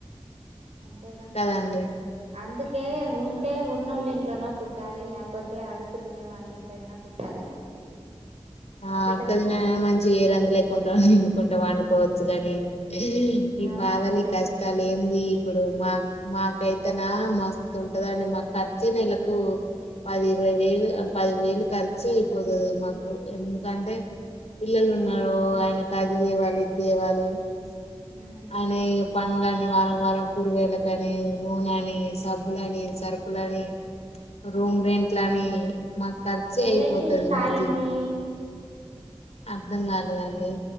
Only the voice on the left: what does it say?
కదండి
ఆ
అడకది
మంచి ఏ రంజి లేకుండా ఎన్నుకుంటాం వండుకోవచ్చు కాని ఈ
బాధలి
కస్ లేంది ఇప్పుడు మా మాకైతేనా మస్తు ఉంటందండి మాకు ఖర్చే నెలకు పది ఇరవై వేలు పదివేలు ఖర్చ అయిపోతది మాకు ఎందుకంటే పిల్లలు ఉన్నారు ఆయనకు అది దేవాలి ఇది తేవాలి
అని పనులని వారం వారం కురుగాల కనీ నూనని డబ్బులని సరుకులని రూమ్
రెంట్ లని మాకు ఖర్చే అయిపోతది
మా జీవ అర్ధం కాలేదండి